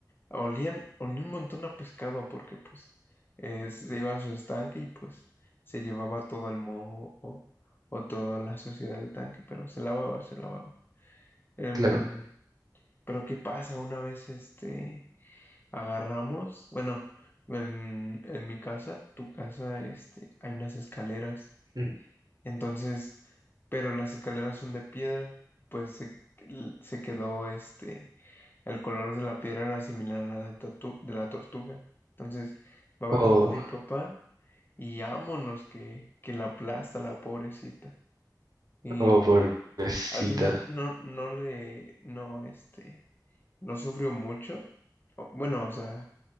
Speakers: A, on the left; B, on the right.
A: Olían, olía un montón a pescado porque pues eh, se iba a su estanque y pues se llevaba todo el moho o, o toda la suciedad del tanque, pero se lavaba, se lavaba. Em,
B: claro.
A: pero ¿qué pasa? Una vez este agarramos, bueno, en, en mi casa, tu casa, este, hay unas escaleras.
B: Mm.
A: Entonces, pero las escaleras son de piedra, pues se, se quedó este, el color de la piedra era similar a la de, tatu- de la tortuga. Entonces, va bajando
B: Oh,
A: mi papá y ámonos que, que la aplasta la pobrecita. Y
B: oh,
A: mm,
B: pobrecita.
A: al final no, no le, no, este no sufrió mucho. O- Bueno, o sea,